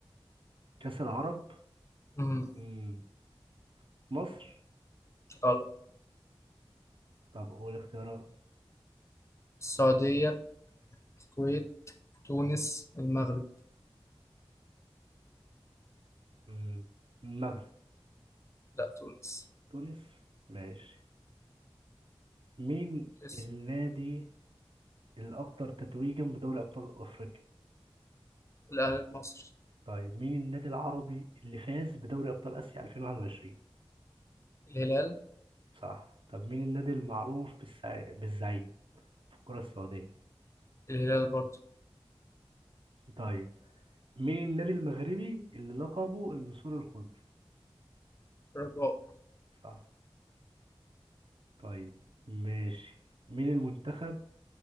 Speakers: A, on the right (about 60°); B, on the left (about 30°).
A: كأس العرب
B: مم.
A: مم. مصر
B: غلط
A: طب قول اختيارات
B: السعودية الكويت تونس المغرب
A: مم. المغرب
B: لا تونس
A: تونس ماشي مين
B: اسم
A: النادي الأكثر تتويجا بدوري أبطال أفريقيا؟
B: الأهلي المصري
A: طيب مين النادي العربي اللي فاز بدوري أبطال آسيا 2021؟
B: الهلال
A: صح طب مين النادي المعروف بالسع... بالزعيم في الكرة السعودية؟
B: الهلال برضه
A: طيب مين النادي المغربي اللي لقبه النسور الخضر؟
B: رجاء.
A: صح طيب ماشي مين المنتخب